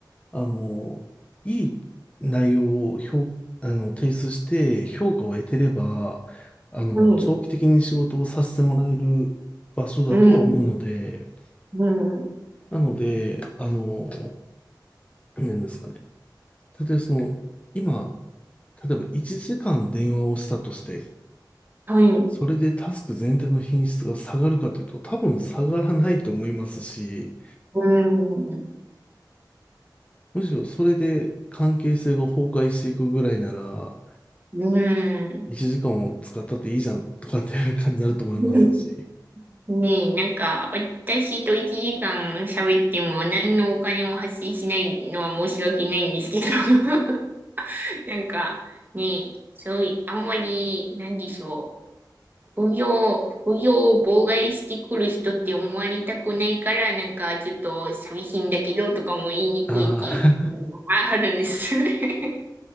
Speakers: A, on the left (about 15°); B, on the right (about 25°).
A: あの、いい内容を評、あの、提出して評価を得てれば、あの、
B: はい、
A: 長期的に仕事をさせてもらえる場所だとは思うので、
B: うん、うん、
A: なので、あの、なんですかね。例えばその、今、例えば1時間電話をしたとして、
B: はい、
A: それでタスク全体の品質が下がるかというと、多分下がらないと思いますし、
B: うん、
A: むしろそれで関係性が崩壊していくぐらいなら、
B: うん。
A: 1時間を使ったっていいじゃんとかっていう感じになると思いますし。
B: うんねえ、なんか、私と1時間喋っても何のお金も発生しないのは申し訳ないんですけど。<laughs> なんか、ねえ、そういあんまり、なんでしょう。副業、副業を妨害してくる人って思われたくないから、なんか、ちょっと寂しいんだけど、とかも言いにくいっていうのもああるんですよね。
A: ああ